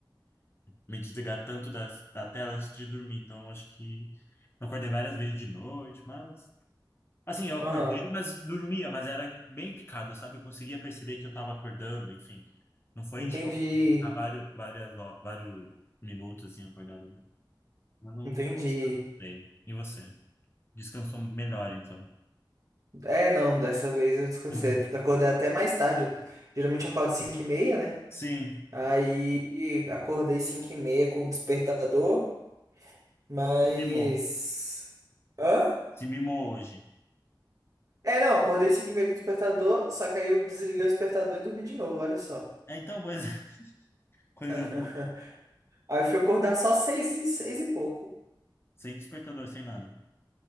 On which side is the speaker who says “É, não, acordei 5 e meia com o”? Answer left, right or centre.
Right